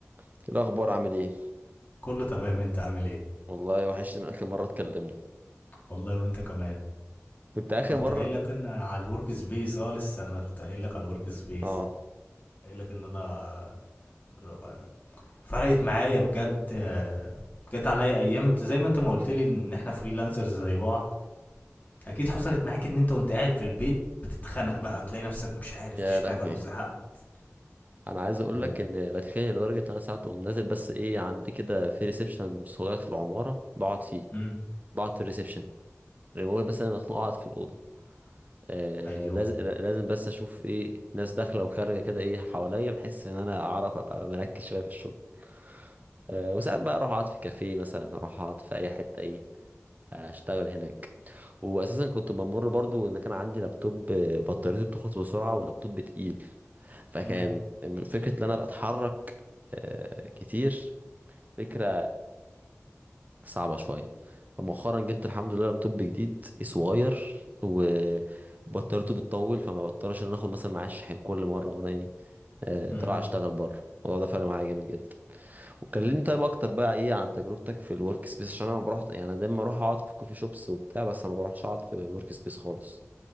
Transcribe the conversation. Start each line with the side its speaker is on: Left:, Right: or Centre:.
Right: إيه الاخبار عامل ايه
Left: كله تمام انت عامل ايه
Right: والله وحشني من اخر مره اتكلمنا
Left: والله وانت كمان
Right: كنت اخر
Left: كنت
Right: مره
Left: قايل لك انا على الورك سبيس اه لسه انا كنت قايل لك على الورك سبيس
Right: اه
Left: قايل لك ان انا ر- فرقت معايا بجد آه، جت عليا ايام انت زي ما انت ما قلت لي ان احنا فريلانسرز زي بعض اكيد حصلت معاك ان انت وانت قاعد في البيت بتتخنق بقى وتلاقي نفسك مش عارف
Right: يا
Left: تشتغل
Right: لهوي
Left: وزهقت
Right: انا عايز اقول
Left: و...
Right: لك ان بتخانق لدرجه ان انا ساعات اقوم نازل بس ايه عندي كده في ريسبشن صغير في العماره بقعد فيه
Left: امم
Right: بقعد في الريسبشن المهم بس انا مخنوق اقعد في الاوضه آه
Left: ايوه
Right: لازم لازم بس اشوف ايه ناس داخله وخارجه كده ايه حواليا بحس ان انا اعرف ابقى مركز شويه في الشغل آه وساعات بقى اروح اقعد في كافيه مثلا اروح اقعد في اي حته ايه اشتغل هناك واساسا كنت بمر برضو ان كان عندي لابتوب بطاريته بتخلص بسرعه واللابتوب تقيل فكان
Left: امم
Right: فكره ان انا بتحرك آه، كتير فكره صعبه شويه فمؤخرا جبت الحمد لله لابتوب جديد صغير وبطاريته بتطول فما بضطرش ان انا اخد مثلا معايا الشاحن كل مره وانا ايه آه،
Left: امم
Right: طلع اشتغل بره الموضوع ده فرق معايا جامد جدا وكلمني طيب اكتر بقى ايه عن تجربتك في الورك سبيس عشان انا ما بروح يعني أنا دايما اروح اقعد في كوفي شوبس وبتاع بس انا ما بروحش اقعد في ورك سبيس خالص